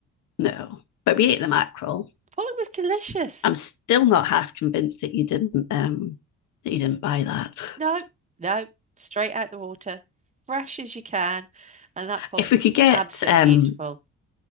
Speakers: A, on the left; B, on the right.
A: No, but we ate the mackerel.
B: Pollock was delicious.
A: I'm still not half convinced that you didn't um, that you didn't buy that.
B: No, no, straight out the water, fresh as you can. And that pollock
A: If we
B: was
A: could get
B: absolutely
A: um,
B: beautiful.